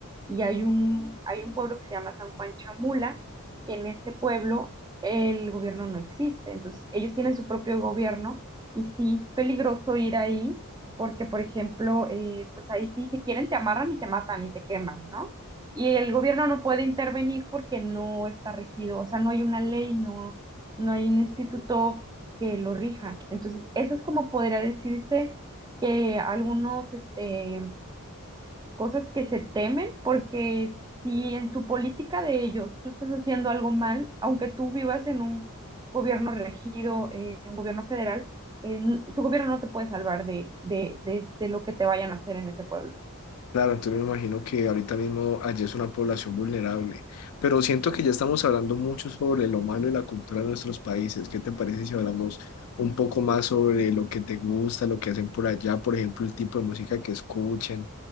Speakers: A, on the right; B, on the left.
A: y hay un, hay un pueblo que se llama San Juan Chamula, que en ese pueblo el gobierno no existe, entonces ellos tienen su propio gobierno y sí, peligroso ir ahí. Porque, por ejemplo, eh, pues ahí sí, si quieren te amarran y te matan y te queman, ¿no? y el gobierno no puede intervenir porque no está regido, o sea, no hay una ley, no, no hay un instituto que lo rija. Entonces, eso es como podría decirse que algunos, este, cosas que se temen porque si en su política de ellos tú estás haciendo algo mal, aunque tú vivas en un gobierno regido, eh, en un gobierno federal, eh, tu gobierno no te puede salvar de, de, de, de lo que te vayan a hacer en ese pueblo.
B: Claro, entonces me imagino que ahorita mismo allí es una población vulnerable, pero siento que ya estamos hablando mucho sobre lo malo de la cultura de nuestros países. ¿Qué te parece si hablamos un poco más sobre lo que te gusta, lo que hacen por allá, por ejemplo, el tipo de música que escuchan,